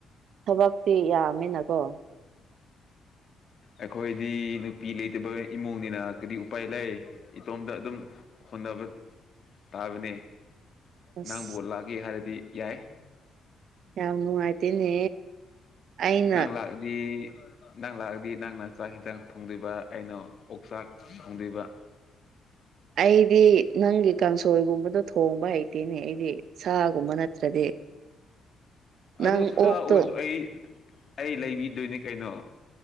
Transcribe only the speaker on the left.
ꯑꯩꯈꯣꯏꯗꯤ ꯅꯨꯄꯤ ꯂꯩꯇꯕ ꯏꯃꯨꯡꯅꯤꯅ ꯀꯔꯤ ꯎꯄꯥꯏ ꯂꯩ ꯏꯇꯣꯝꯗ ꯑꯗꯨꯝ ꯍꯣꯠꯅꯕ ꯇꯥꯕꯅꯦ
ꯅꯪ ꯕꯣꯠ ꯂꯥꯛꯒꯦ ꯍꯥꯏꯔꯗꯤ ꯌꯥꯏ
ꯅꯪ ꯂꯥꯛꯗꯤ ꯅꯪ ꯂꯥꯛꯑꯗꯤ ꯅꯪꯅ ꯆꯥꯛ ꯌꯦꯟꯁꯥꯡ ꯐꯣꯡꯗꯣꯏꯕ ꯑꯩꯅ ꯑꯣꯛꯆꯥꯛ ꯐꯣꯡꯗꯣꯏꯕ
ꯑꯗꯨ ꯁꯥ
ꯑꯣꯏꯁꯨ ꯑꯩ ꯑꯩ ꯂꯩꯕꯤꯗꯣꯏꯅꯦ ꯀꯩꯅꯣ